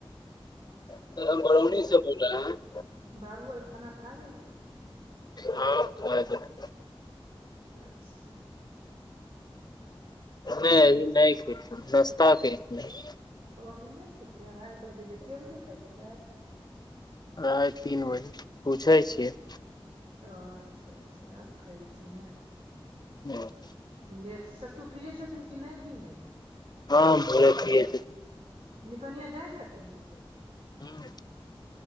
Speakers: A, on the left; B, on the right.
A: <unintelligible>
B: आओर बाबू आर खाना खाय लेलखुन
A: हँ खाय लेलकै।
B: अच्छा हूँ
A: नै अभी नै खेलाखिन नाश्ता केलखिन है
B: ओ अभी नै खेलकै अड़्हाइ बजे लै केँ बजे खा छि
A: अड़हाइ तीन बजे पूछै छियै
B: अच्छा अच्छा आब खयथिन ने
A: <unintelligible>
B: लेट सत्तू पियै छथिन कि नै बीने
A: हँ भोरे पियै
B: निपनिया जाइ छथिन
A: <unintelligible>